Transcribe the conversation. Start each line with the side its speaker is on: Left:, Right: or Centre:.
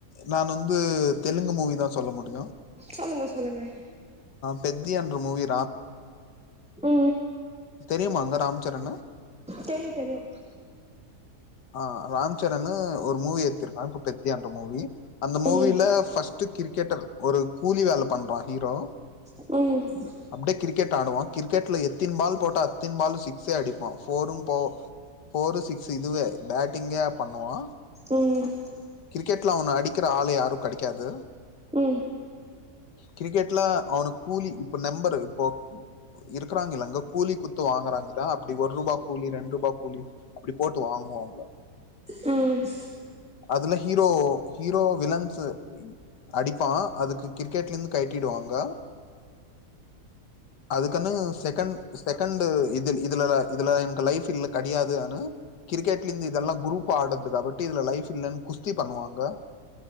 Left: நா வந்து தெலுங்கு மூவி தா சொல்ல முடியு
Centre: சொல்லுங்க சொல்லுங்க
Left: பெத்தியா ன்ற மூவிய
Centre: உ
Left: தெரியுமாங்க ராம்சரனு
Centre: தெரியு தெரியு
Left: ஆ ராம் சரனு ஒரு மூவி எடுத்துருக்கா பெத்தியா என்ற மூவி அந்த மூவில
Centre: உம்
Left: ஃபஸ்ட் கிரிக்கெட்டர் ஒரு கூலி வேல பண்றா ஹீரோ
Centre: உ
Left: அப்டியே கிரிக்கெட் ஆடுவா கிரிக்கெட்ல எத் த்தீன் பால் போட்டா அத் தின் பால் சிக் ச அடிப் பா ஃபோரு போ ஃபோரு சிக்ஸு இதுவே பேட்டிங்கே பண்ணுவா
Centre: ம்
Left: கிரிக் க்கெட்ல அவனு அடிக்கிற ஆள் யாரு கடைக்காது
Centre: ம்
Left: கிரிக்கெட்ல அவனு கூலி இப்ப மெம்பரு இப்போ இருக்கிறாங்கில்லங்க கூலி குத்து வாங்குறாங்கதா அப்டி ஒர் ருபா கூலி ரெண் ருபா கூலி அப்டி போட்டு வாங்குவாங்க
Centre: ம்
Left: அதுல ஹீரோ ஹீரோ விலன்ஸ அடிப்பா அதுக்கு கிரிக்கெட்லெந்து கழட்டிடுவாங்க அதுக்குன்னு செகண்ட் செகண்ட்டு இதுல் இதுல இது எனக்கு லைஃப் இல்ல கடயாது‌ஆனா கிரிக்கெட்லெந்து இதெல்லா குரூப்பா ஆடதுதா ஒட்டி இதுல லைஃப் இல்லன் குஸ்தி பண்ணுவாங்க